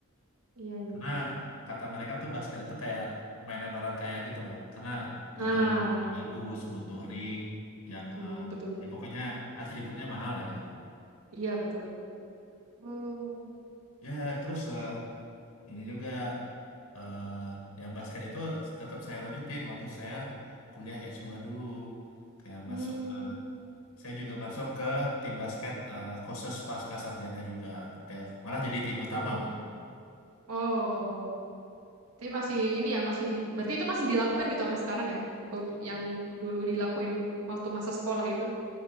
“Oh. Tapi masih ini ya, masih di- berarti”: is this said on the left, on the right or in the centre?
Right